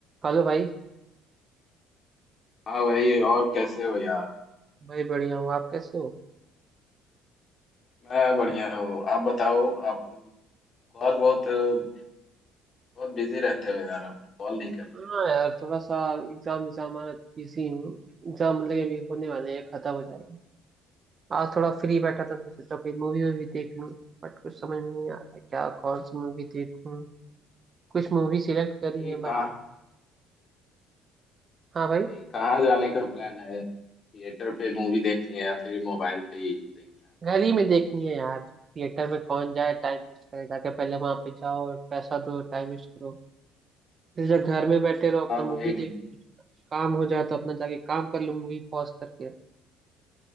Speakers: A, on the right; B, on the left.
A: Hello भाई
B: हाँ भाई और कैसे हो यार
A: भाई बढ़िया हूँ आप कैसे हो
B: मैं बढ़िया हूँ आप बताओ आप कॉल बहुत बहुत बिजी रहते हो यार आप कॉल नहीं करते
A: हाँ यार थोड़ा सा एग्जाम एग्जाम बिजी हूँ एग्जाम मतलब अभी होने वाले हैं खत्म हो जाएंगे आज थोड़ा फ्री बैठा था तो सोचा कोई मूवी वूवी देख लूँ बट कुछ समझ में नहीं आ रहा है क्या कौन सी मूवी देखूँ कुछ मूवी सिलेक्ट करी
B: भाई
A: है
B: कहाँ
A: बट हाँ भाई
B: भाई कहाँ जाने का प्लान है थिएटर पे मूवी देखनी है या फिर मोबाइल पे ही देखनी है?
A: घर ही में देखनी है यार थिएटर में कौन जाए टाइम वेस्ट करे जाके पहले वहां पे जाओ और पैसा दो टाइम वेस्ट करो फिर जब घर में बैठे रहो अपना
B: हाँ
A: मूवी
B: भाई बिल्कुल
A: देख लो कुछ काम हो जाए तो अपना जाके काम कर लो मूवी पॉज करके